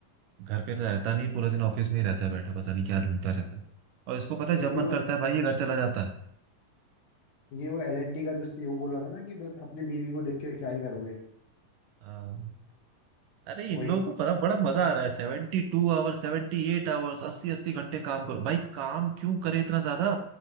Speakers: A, on the right (about 75°); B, on the left (about 65°).
A: घर पे तो रहता नहीं पूरा दिन ऑफिस में ही रहता है बैठा पता नहीं क्या ढूंढता रहता है और इसको पता
B: ये
A: है जब
B: भी
A: मन
B: वो
A: करता है भाई ये घर चला जाता है
B: ये वो एल एन टी का जो सीईओ बोल रहा था ना कि बस अपनी बीवी को देख के क्या ही करोगे
A: हाँ अरे
B: वही
A: इन लोगों को पता बड़ा मजा आ रहा है seventy two hours seventy eight hours अस्सी अस्सी घंटे काम करो भाई काम क्यों करे इतना ज्यादा